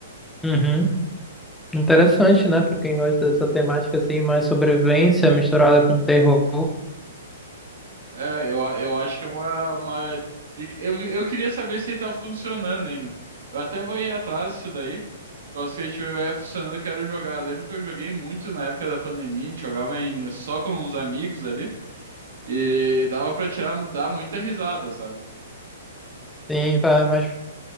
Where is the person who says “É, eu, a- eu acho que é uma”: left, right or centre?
Right